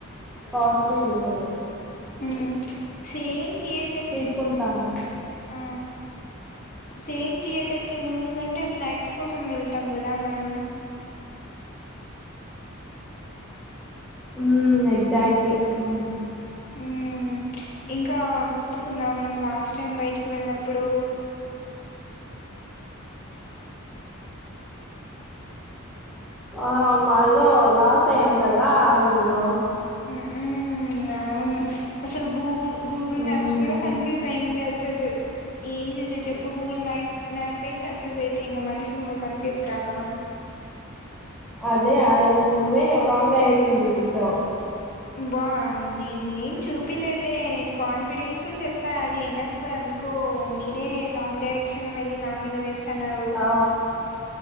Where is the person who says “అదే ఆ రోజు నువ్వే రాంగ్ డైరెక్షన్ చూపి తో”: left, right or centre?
Centre